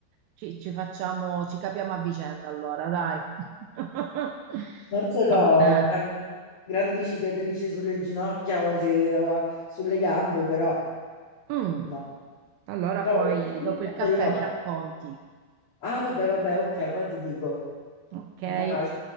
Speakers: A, on the right (about 80°); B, on the left (about 30°).
A: Ci, ci facciamo, ci capiamo a vicenda allora, dai. <laughs>
B: Non ce
A: Va
B: l'ho,
A: bene.
B: grandi, grandi cicatrici sulle ginocchia o se- o sulle gambe, però
A: Mm.
B: no.
A: Allora
B: Cioè,
A: poi
B: io
A: dopo il caffè
B: ce l'ho,
A: mi
B: ma-
A: racconti,
B: Ah, vabbè, vabbè, ok, poi ti dico.
A: ok?
B: Baci.